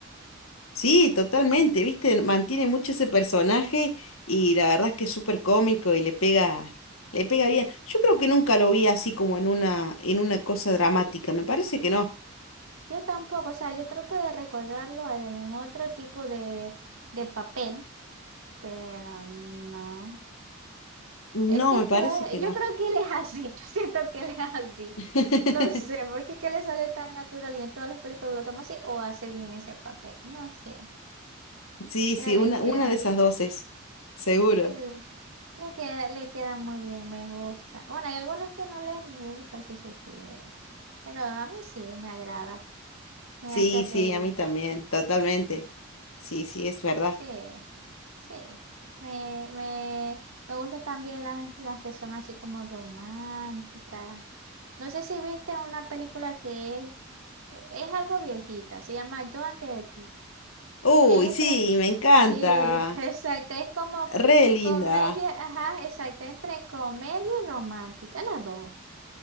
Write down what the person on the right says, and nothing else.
Yo tampoco, o sea, yo trato de recordarlo a él en otro tipo de, de papel, pero no.
Es que
toda,
yo
creo que él es así, <laughs> yo siento que él es así.
No sé, porque es que le sale tan natural y en todas las películas lo toma así o hace bien ese papel, no sé.
Ahora le
queda,
sí, le le queda, le queda muy bien, me gusta. Bueno, hay algunos que no les gusta si supiera, pero a mí sí me agrada, me
hace reír.
Sí, sí. Me, me, me gustan también las, las que son así como románticas. No sé si viste una película que es, e, es algo viejita, se llama Yo antes de ti.
Es
tres.
Sí, <laughs> exacto. Es como
comedia, ajá, exacto, entre comedia y romántica, las dos.